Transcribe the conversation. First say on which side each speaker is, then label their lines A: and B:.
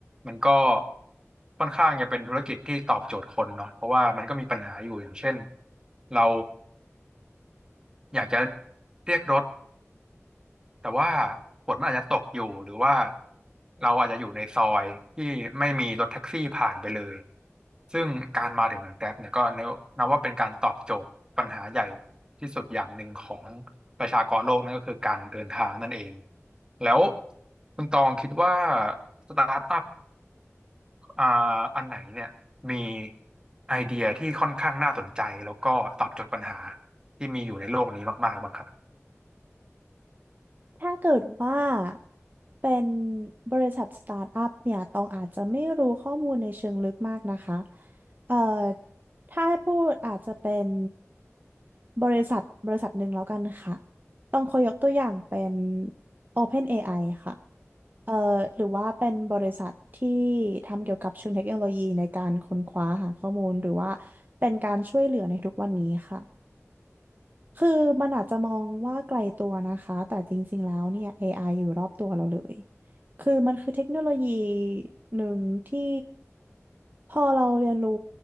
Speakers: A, on the right; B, on the right.
A: มันก็ค่อนข้างจะเป็นธุรกิจที่ตอบโจทย์คนเนาะเพราะว่ามันก็มีปัญหาอยู่อย่างเช่นเราอยากจะเรียกรถ แต่ว่าฝนมันอาจจะตกอยู่หรือว่าเราอาจจะอยู่ในซอยที่ไม่มีรถแท็กซี่ผ่านไปเลยซึ่งการมาถึงของแกร็บเนี่ยก็นับว่าเป็นการตอบโจทย์ปัญหาใหญ่ที่สุดอย่างหนึ่งของประชากรโลกนั่นก็คือการเดินทางนั่นเองแล้วคุณตองคิดว่าสตาร์ทอัพอ่าอันไหนเนี่ยมีไอเดียที่ค่อนข้างน่าสนใจแล้วก็ตอบโจทย์ปัญหาที่มีอยู่ในโลกนี้มากๆบ้างครับ
B: ถ้าเกิดว่าเป็นบริษัทสตาร์ทอัพเนี่ยตองอาจจะไม่รู้ข้อมูลในเชิงลึกมากนะคะเอ่อถ้าให้พูดอาจจะเป็นบริษัทบริษัทหนึ่งแล้วกันค่ะต้องขอยกตัวอย่างเป็น OpenAI ค่ะเอ่อหรือว่าเป็นบริษัทที่ทำเกี่ยวกับเชิงเทคโนโลยีในการค้นคว้าหาข้อมูลหรือว่าเป็นการช่วยเหลือในทุกวันนี้ค่ะ คือมันอาจจะมองว่าไกลตัวนะคะแต่จริงๆแล้วเนี่ย AI อไออยู่รอบตัวเราเลย คือมันคือเทคโนโลยีหนึ่งที่พอเราเรียนรู้